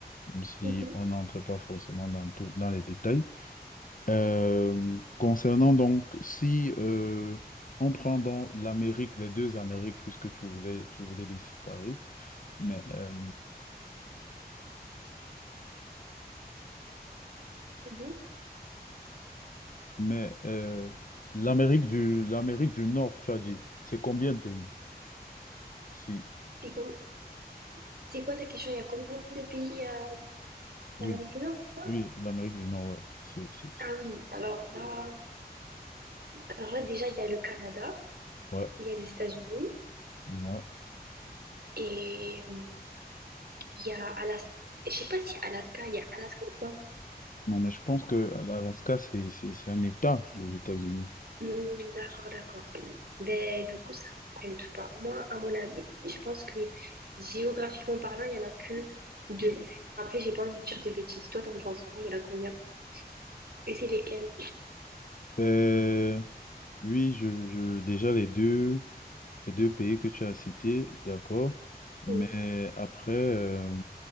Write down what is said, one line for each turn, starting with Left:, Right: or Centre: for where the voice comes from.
Left: si
Right: Mhm,
Left: on n'entre pas forcément dans tout, dans les détails. Euh, concernant donc, si euh, on prend dans l'Amérique, les deux Amériques, puisque tu voulais, tu voulais les séparer, mais, euh,
Right: mhm.
Left: mais euh, l'Amérique du, l'Amérique du Nord, tu as dit, c'est combien de pays? Si,
Right: C'est bon c'est quoi ta question? Il y a combien de pays euh,
Left: oui,
Right: d'Amérique du Nord, c'est ça?
Left: oui, l'Amérique du Nord, ouais. C'est, c'est, c'est-
Right: Ah oui, alors là, alors là déjà, il y a le Canada,
Left: ouais,
Right: il y a les États-Unis
Left: ouais.
Right: et euh, il y a Alaska. Je sais pas si Alaska, il y a Alaska ou pas.
Left: Non, mais je pense que l'Alaska, c'est, c'est, c'est un État des États-Unis.
Right: Hmm, D'accord, d'accord. Ben, du coup, ça compte pas. Moi, à mon avis, je pense que géographiquement parlant, il y en a que deux. Après, j'ai pas envie de dire de bêtises. Toi, t'en penses quoi? Il y en a combien? Et c'est lesquels?
Left: Euh, oui, je, je, déjà les deux. les deux pays que tu as cités, d'accord.
Right: Oh,
Left: Mais après, euh,